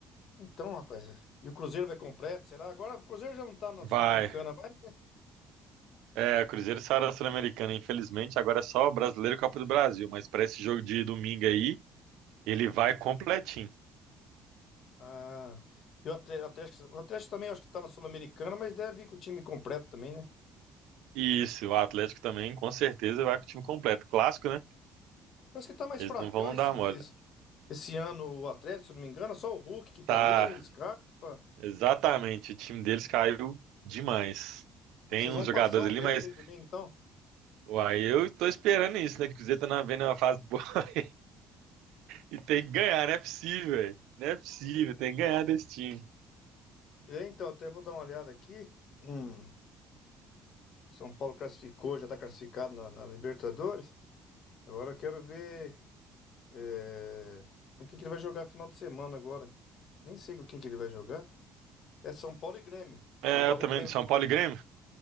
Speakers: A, on the left; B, on the right.
A: Então, rapaz, e o Cruzeiro vai completo, será? Agora o Cruzeiro já não tá na Sul-Americana
B: Vai.
A: mais. né?
B: É, Cruzeiro saiu da Sul-Americana, infelizmente, agora é só Brasileiro e Copa do Brasil, mas para esse jogo de domingo aí, ele vai completinho.
A: Ah, e o Atlético, o Atlético o Atlético também acho que tá na Sul-Americana, mas deve vir com o time completo também, né?
B: E Isso, o Atlético também, com certeza, vai com o time completo. Clássico, né?
A: Parece que tá mais
B: Eles
A: fracão
B: não vão
A: esse,
B: dar mole.
A: esse, esse ano o Atlético, se eu não me engano, é só o Hulk que tá
B: Tá,
A: ali, Scarpa.
B: exatamente. O time deles caiu demais. Tem
A: Aí vocês
B: uns
A: vão
B: jogadores
A: passar o
B: ali,
A: rei
B: mas
A: nesse domingo, então.
B: uai, eu tô esperando isso, né? Que o Cruzeiro tá na- vendo uma fase boa <laughs> e tem que ganhar, não é possível, velho. Não é possível, tem que ganhar desse time.
A: É, então, até vou dar uma olhada aqui. Hum, São Paulo classificou, já tá classificado na, na Libertadores. Agora eu quero ver. É, Com quem que ele vai jogar final de semana agora? Nem sei com quem que ele vai jogar. É São Paulo e Grêmio.
B: É,
A: São Paulo
B: eu também,
A: e Grêmio
B: do São
A: no Morumbi.
B: Paulo e Grêmio?